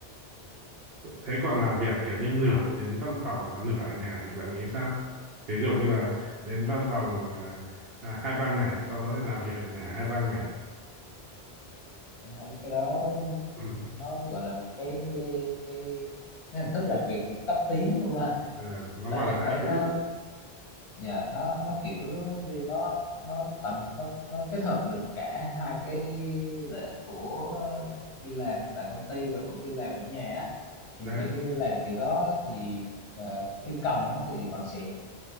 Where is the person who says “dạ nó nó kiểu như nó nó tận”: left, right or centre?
Left